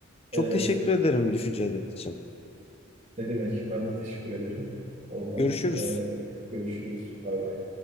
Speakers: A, on the left (about 30°); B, on the right (about 35°).
A: Çok
B: Evet.
A: teşekkür ederim düşünceler için.
B: Ne demek? Ben de teşekkür ederim. Oradan
A: Görüşürüz.
B: e, görüşürüz. Bay bay.